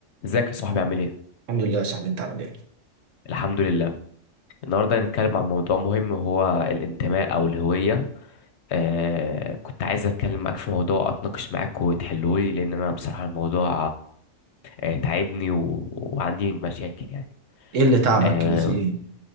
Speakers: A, on the left; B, on the right.
A: ازيك يا صاحبي عامل ايه؟
B: الحمد لله يا صاحبي انت عامل ايه؟
A: الحمد لله النهارده هنتكلم عن موضوع مهم وهو الانتماء او الهوية آه كنت عايز اتكلم معاك في موضوع اتناقش معاك وتحلهولي لان انا بصراحة الموضوع آه تعبني و... وعندي مشاكل يعني
B: ايه اللي تعبك
A: آه
B: كده في ايه؟